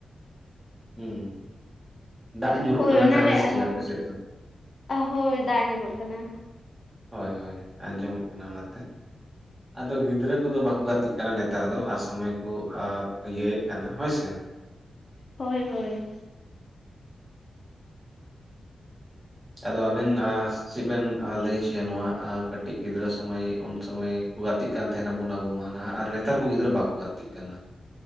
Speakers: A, on the right; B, on the left.
A: ᱦᱩᱸ ᱫᱟᱜ ᱧᱩᱨᱩᱜ
B: ᱦᱳᱭ
A: ᱠᱟᱱᱟ
B: ᱚᱱᱟᱨᱮ
A: ᱛᱟᱦᱚᱞᱮ ᱥᱮᱪᱮᱫ
B: ᱟᱨᱦᱚᱸ
A: ᱟᱯᱮᱥᱮᱫ ᱫᱚ
B: ᱦᱳᱭ ᱫᱟᱜ ᱧᱩᱨᱩᱜ ᱠᱟᱱᱟ
A: ᱦᱳᱭ ᱦᱳᱭ ᱟᱸᱡᱚᱢᱚᱜ ᱠᱟᱱᱟ ᱚᱱᱟᱛᱮ ᱟᱫᱚ ᱜᱤᱫᱽᱨᱟᱹ ᱠᱚᱫᱚ ᱵᱟᱠᱚ ᱜᱟᱛᱮᱜ ᱠᱟᱱᱟ ᱱᱮᱛᱟᱨ ᱫᱚ ᱟᱨ ᱥᱚᱢᱚᱭ ᱠᱚ ᱟ ᱤᱭᱟᱹᱭᱮᱫ ᱠᱟᱱᱟ ᱦᱳᱭᱥᱮ
B: ᱦᱳᱭ ᱦᱳᱭ
A: ᱟᱫᱚ ᱟᱵᱮᱱ ᱟᱥ ᱪᱤᱵᱮᱱ ᱞᱟᱹᱭᱪᱚᱭᱟ ᱱᱚᱣᱟ ᱠᱟᱹᱴᱤᱡ ᱜᱤᱫᱽᱨᱟᱹ ᱥᱩᱢᱟᱹᱭ ᱩᱱ ᱥᱩᱢᱟᱹᱭ ᱠᱚ ᱜᱟᱛᱮᱜ ᱠᱟᱱ ᱛᱟᱦᱮᱱᱟ ᱵᱚᱱ ᱟᱵᱚ ᱢᱟ ᱱᱟᱦᱟᱜ ᱟᱨ ᱱᱮᱛᱟᱨ ᱠᱚ ᱜᱤᱫᱽᱨᱟᱹ ᱵᱟᱠᱚ ᱜᱟᱛᱮᱜ ᱠᱟᱱᱟ